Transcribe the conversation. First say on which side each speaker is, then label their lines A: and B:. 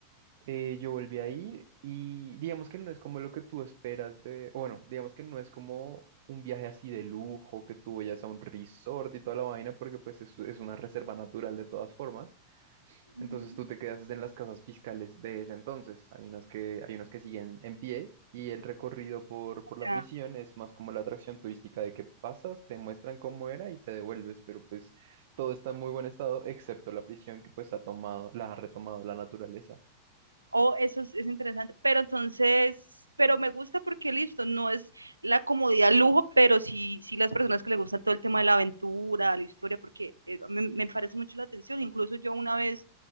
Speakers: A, on the right; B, on the right.
A: Eh, yo volví a ir y digamos que no es como lo que tú esperas de, o bueno, digamos que no es como un viaje así de lujo, que tú vayas a un resort y toda la vaina, porque pues es, es una reserva natural de todas formas. Entonces
B: Uh -huh.
A: tú te quedas es en las casas fiscales de ese entonces. Hay unas que, hay unas que siguen en pie y el recorrido por, por la
B: ya.
A: prisión es más como la atracción turística de que pasas, te muestran cómo era y te devuelves, pero pues todo está en muy buen estado, excepto la prisión que pues ha tomado, la ha retomado la naturaleza.
B: Oh, eso es, es interesante. Pero entonces, pero me gusta porque listo, no es la comodidad lujo, pero sí, sí las personas que les gusta todo el tema de la aventura, la historia, porque eh, me, me parece mucho la atención. Incluso yo una vez